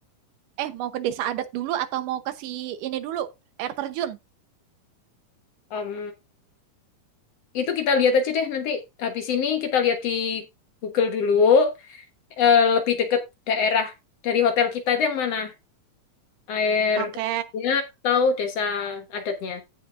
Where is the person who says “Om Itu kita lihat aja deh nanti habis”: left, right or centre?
Left